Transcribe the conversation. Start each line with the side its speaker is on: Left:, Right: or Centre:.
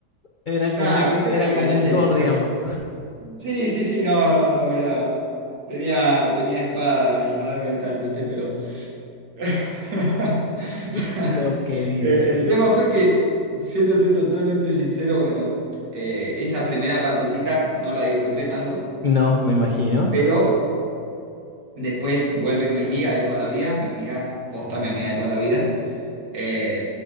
Left: era
Right: Nada,
Left: como un,
Right: cuestión
Left: era
Right: de que
Left: como
Right: la noche
Left: un Thor,
Right: después.
Left: digamos.
Right: Sí, sí, sí, no, no, no, era. Tenía, tenía espada y no de metal, ¿viste? Pero. <laughs>
Left: <laughs> Dios querido.
Right: Eh, El tema fue que, siéndote totalmente sincero, bueno, eh, esa primera partecita no la disfruté tanto,
Left: No, me imagino.
Right: pero Después vuelve mi amiga de toda la vida, mi amiga es posta, mi amiga de toda la vida. Eh,